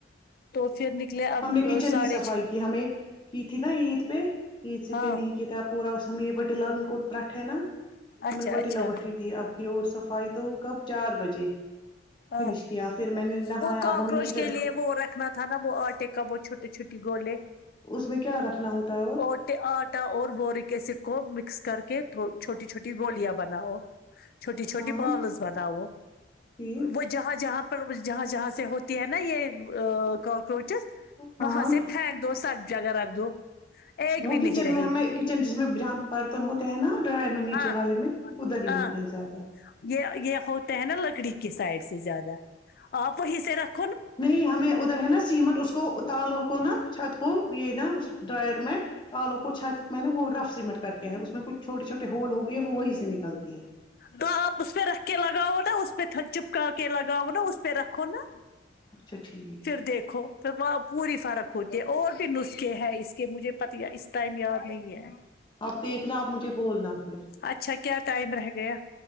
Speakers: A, on the left; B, on the left.
A: تو پھر نکلے اب
B: ہم نے کچن
A: ساڑھے
B: کی صفائی
A: چھ
B: کی ہمیں کی تھی نا عید پہ عید سے
A: ہاں
B: پہ نہیں کیا تھا اب پورا سم یہ پتلا ان کو تٹ ہے نا ہمیں
A: اچھا
B: وٹیلاوٹھی
A: اچھا
B: تھی آپ کی اور صفائی تو ہو کب چار بجے
A: ہاں
B: فنش کیا پھر میں نے نہایا
A: وہ کاکروچ
B: اب ہمیں میٹر
A: کے لیے وہ رکھنا تھا نا وہ آٹے کا وہ چھوٹی چھوٹی گولے
B: اس میں کیا رکھنا ہوتا ہے اور
A: آٹے آٹا اور بوریک ایسڈ کو مکس کر کے تھ چھوٹی چھوٹی گوولیاں بناؤ چھوٹی چھوٹی
B: ہاں
A: بالس بناؤ
B: ٹھیک
A: وہ جہاں جہاں پر جہاں جہاں سے ہو ت ہے نا یہ کاکروچز
B: ہاں
A: وہاں سے پھینک دو سب جگہ رکھ دو ایک
B: وہ
A: بھی
B: کچن
A: نہیں رہے
B: میں ہمیں
A: گی
B: جس میں جہ برتن ہوتے ہیں نا ڈرائر میں نیچے
A: ہاں
B: والے میں ادھر ہی
A: ہاں
B: ہوتے ہیں زیادہ
A: یہ یہ ہوتا ہے نا لکڑی کی سائڈ سے زیادہ آپ وہیں سے رکھ
B: نہیں ہمیں ادھر ہے نا سیمٹ اس کو تالو کو نا چھت کو یہ نا ڈرائر میں آلو کو چھت میں نے وہ رف سیمٹ کر کے ہے اس میں کچھ چھوٹے چھوٹے ہول ہو گئے ہے وہی سے نکلتی ہے
A: تو آپ اس پہ رکھ کے لگاؤ نا اس پہ تھک چپکا کے لگاؤ نا اس پہ رکھو نا
B: اچھا ٹھیک
A: پھر دیکھو پھر وہاں پوری فرق ہوتی ہے اور بھی نسخے ہیں اس کے مجھے پتا اس ٹائم یاد نہیں ہے
B: آپ دیکھنا آپ مجھے بولنا پھر
A: اچھا کیا ٹائم رہ گیایا